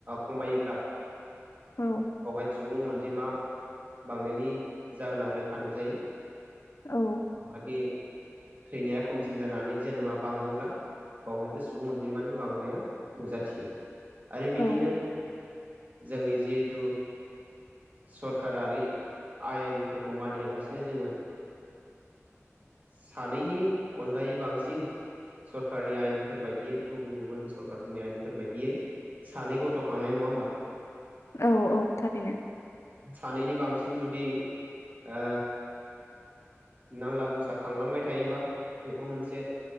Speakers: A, on the right (about 35°); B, on the left (about 65°).
A: खमायोब्ला
B: औ
A: बेवहाय सुबुं अनजिमा बांनायनि जाहोना रोखा नुजायो।
B: औ
A: बाखि थैनाया खमसिन जानानै जोनोमा बाङोब्ला बावहायबो सुबुं अनजिमानि बांनाया नुजाथियो। आरो बिदिनो
B: औ
A: जोंनि जिहेथु। सरकाराओ आयेनफोरखौ मानियालासिनो जोङो। सानैनि अनगायै बांसिन। सरखारारनि आयेनफोर बायदियै गुबुन गुबुन सरखारफोरनि आयेनफोर बायदियै। सानै गथ' खांनाय नङा होमबा?
B: औ औ थारैनो।
A: सानैनि बांसिन जुदि ओ नांला बंसा खांलांबाय थायोबा बेबो मोनसे